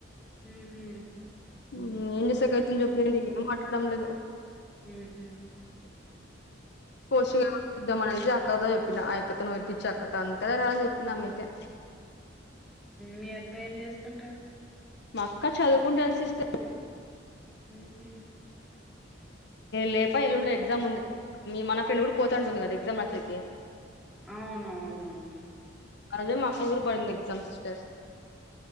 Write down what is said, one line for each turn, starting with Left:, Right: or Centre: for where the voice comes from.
Centre: ఊహూ
Left: హ్మ్ ఏం దుస అతుందిని చెప్పినంది నేనేం మాట్లాడడం లేదు
Centre: హ హ
Left: కోర్సిగాద్ద మన అక్కద చెప్పిన ఆ యక్కతను వేలిపించి అక్కత అంతదే రా అని చెప్పి ఆమె అయితే
Centre: మీ అత్త ఏం చేస్తుంటారు
Left: మక్క చదువుకుంటా అనిసి ఇస్తంది
Centre: హ
Left: లేదు ఎల్లుండే ఎగ్జామ్ ఉందు మీ మన ఫ్రెడ్ ఊడి పోతాంటుంది కదా ఎగ్జామ్ మాసకి
Centre: అవునవునవును
Left: అరదే మాక్కగురు పడింది exam sisters